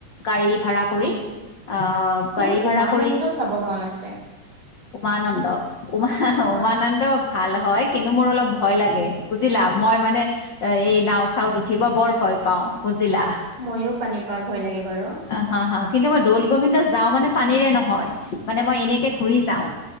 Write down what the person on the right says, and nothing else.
অ
মোৰ উমানন্দ
চাব মন আছে
হয়।
ময়ো পানী পাৰ ভয় লাগে বাৰু